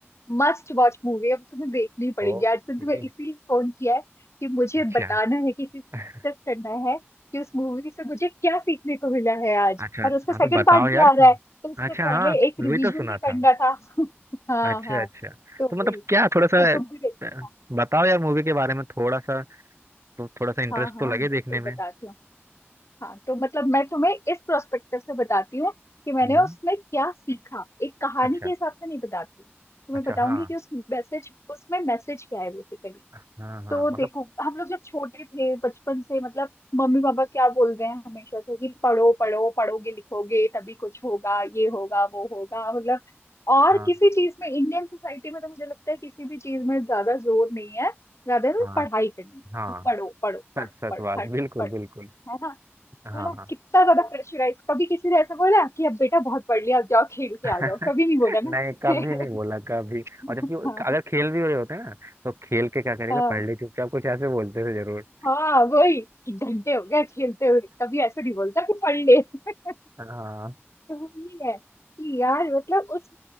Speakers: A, on the left; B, on the right.
A: मस्ट वॉच मूवी है अब तुम्हें देखनी पड़ेगी
B: ओके
A: आज तो तुम्हें इसीलिए फोन किया है कि मुझे
B: अच्छा
A: बताना है किसी से डिस्कस
B: <laughs>
A: करना है कि उस मूवी से मुझे क्या सीखने को मिला है आज
B: अच्छा
A: और उसका
B: हाँ
A: सेकंड
B: तो बताओ
A: पार्ट
B: यार
A: भी आ रहा है तो उससे
B: अच्छा
A: पहले
B: हाँ
A: एक
B: वही
A: रिवीजन
B: तो सुना
A: भी करना
B: था
A: था <laughs> हाँ
B: अच्छा
A: हाँ
B: अच्छा
A: तो वही
B: तो मतलब क्या थोड़ा
A: तो
B: सा
A: तुम भी देखो
B: अ, बताओ यार मूवी के बारे में थोड़ा सा तो थोड़ा सा इंटरेस्ट
A: हाँ हाँ
B: तो लगे
A: बिल्कुल
B: देखने में
A: बताती हूँ हाँ तो मतलब मैं तुम्हें इस प्रोस्पेक्टिव से बताती हूँ कि मैंने
B: हम्म
A: उसमें क्या सीखा एक कहानी
B: अच्छा
A: के हिसाब से नहीं बताती तुम्हें
B: अच्छा
A: बताऊंगी
B: हाँ
A: कि उस मैसेज उसमें मैसेज क्या है बेसिकली
B: हाँ हाँ
A: तो देखो
B: मतलब
A: हम लोग जब छोटे थे बचपन से मतलब मम्मी पापा क्या बोलते हैं हमेशा से कि पढ़ो पढ़ो पढ़ोगे लिखोगे तभी कुछ होगा ये होगा वो होगा मतलब और
B: हाँ
A: किसी चीज में इंडियन सोसाइटी में तो मुझे लगता है किसी भी चीज में ज्यादा जोर नहीं है ज्यादा ना
B: हाँ
A: पढ़ाई करने से
B: हाँ
A: कि पढ़ो पढ़ो पढ़ो
B: सच सच
A: पढ़ो
B: बात
A: हर टाइम
B: बिल्कुल
A: पढ़ो
B: बिल्कुल
A: है ना
B: हाँ
A: है ना कितना ज्यादा प्रेशराइज कभी किसी ने ऐसा बोला कि अब बेटा बहुत पढ़ लिया अब जाओ खेल के
B: <laughs>
A: आ जाओ कभी नहीं बोला ना
B: नहीं
A: किसी
B: कभी
A: ने।
B: नहीं बोला कभी और
A: <laughs>
B: जबकि वो-
A: हाँ
B: अगर खेल भी हो रहे होते ना तो खेल के क्या करेगा
A: हाँ
B: पढ़ ले चुपचाप कुछ ऐसे बोलते थे जरूर
A: हाँ, वही कि घंटे हो गए खेलते हुए कभी ऐसा नहीं बोलता कि पढ़ ले <laughs>
B: हाँ
A: तो वो ये है कि यार मतलब उस